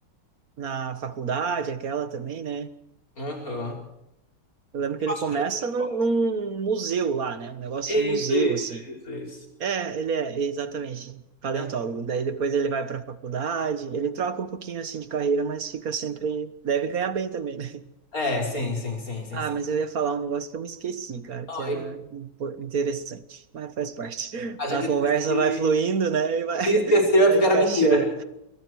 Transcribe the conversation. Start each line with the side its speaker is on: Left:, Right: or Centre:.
Right: na faculdade, aquela também, né?
Left: Aham.
Right: Eu lembro que
Left: Eu
Right: ele
Left: acho
Right: começa
Left: que ele é paleontólogo.
Right: num, num museu lá, né? Um negócio
Left: Isso,
Right: de museu,
Left: isso,
Right: assim.
Left: isso, isso.
Right: É, ele é, exatamente, paleontólogo.
Left: É.
Right: Daí depois ele vai para a faculdade, ele troca um pouquinho, assim, de carreira, mas fica sempre. Deve ganhar bem também, né?
Left: É, sim, sim, sim, sim,
Right: Ah,
Left: sim.
Right: mas eu ia falar um negócio que eu me esqueci, cara, que
Left: Oi.
Right: era impo- interessante, mas faz parte. <laughs>
Left: A gente
Right: A conversa
Left: disse que
Right: vai fluindo, né? E vai, <laughs>
Left: se esqueceu é
Right: vai
Left: porque
Right: encaixando.
Left: era mentira.